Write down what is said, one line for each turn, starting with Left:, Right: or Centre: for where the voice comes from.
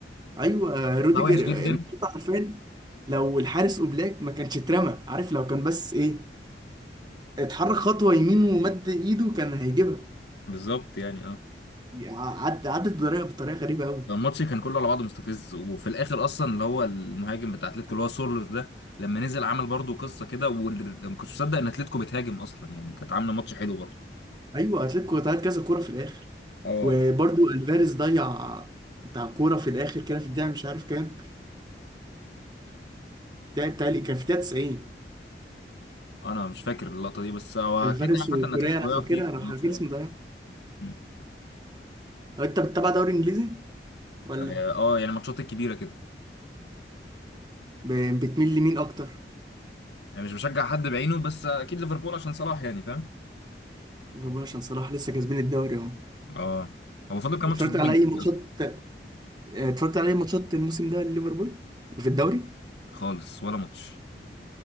Right: ايوه روديجر
Left: لا وحش جدا
Right: مش حرفيا لو الحارس اوبلاك ما كانش اترمى عارف لو كان بس ايه اتحرك خطوه يمين ومد ايده كان هيجيبها
Left: بالظبط يعني اه
Right: عد عدت بطريقه بطريقه غريبه قوي
Left: الماتش كان كله على بعضه مستفز وفي الاخر اصلا اللي هو المهاجم بتاع اتلتيكو اللي هو سورلوس ده لما نزل عمل برضه قصه كده واللي ما كنتش مصدق ان اتلتيكو بتهاجم اصلا يعني كانت عامله ماتش حلو برضه
Right: ايوه اتلتيكو ضيعت كذا كوره في الاخر
Left: اه
Right: وبرضو الفاريز ضيع بتاع كوره في الاخر كده في الدقيقه مش عارف كام بتاع بتاعي كان في الدقيقه 90
Left: انا مش فاكر اللقطه دي بس هو
Right: الفاريز
Left: كده كده عامه
Right: وكوريا
Left: ان اتلتيكو
Right: انا
Left: وقع
Right: فاكرها
Left: كتير في
Right: راح
Left: الماتش
Right: الفاريز
Left: ده يعني
Right: مضيعها
Left: مم.
Right: طب انت بتتابع دوري انجليزي ولا
Left: اه آه، يعني ماتشات الكبيره كده
Right: ب- بتميل لمين اكتر؟
Left: يعني مش بشجع حد بعينه بس اكيد ليفربول عشان صلاح يعني فاهم
Right: بقول عشان صلاح لسه كاسبين الدوري اهو
Left: اه هو فاضل كام
Right: اتفرجت
Left: ماتش في الدوري
Right: على
Left: الانجليزي
Right: اي ماتشات
Left: اصلا
Right: اتفرجت على اي ماتشات الموسم ده لليفربول في الدوري
Left: خالص ولا ماتش